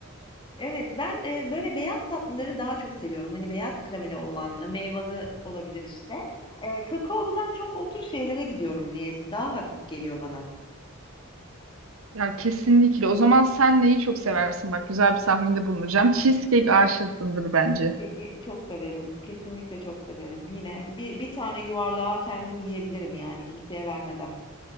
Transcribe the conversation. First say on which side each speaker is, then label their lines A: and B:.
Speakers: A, on the left; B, on the right.
A: Evet ben e, böyle beyaz tatlıları daha çok seviyorum. Hani beyaz kremeli olan e, meyveli olabilir işte. E, kakaoludan çok o tür şeylere gidiyorum niyeyse. Daha hafif geliyor bana.
B: Ya kesinlikle. O zaman sen neyi çok seversin? Bak güzel bir tahminde bulunacağım. Cheesecake aşısındır bence.
A: Cheesecake'i çok severim. Kesinlikle çok severim. Yine bir, bir tane yuvarlağa kendim yiyebilirim yani kimseye vermeden.